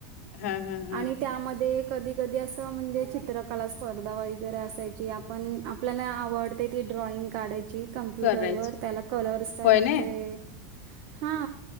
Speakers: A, on the left; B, on the right.
A: हा हा हा
B: आणि त्यामध्ये एक कधी कधी असं म्हणजे चित्रकला स्पर्धा वगैरे असायची आपण आपल्याना आवड ते ती ड्रॉइंग काढायची कम्प्युटर
A: करायच
B: वर त्याला कलर्स कराय
A: होय ना
B: हे हा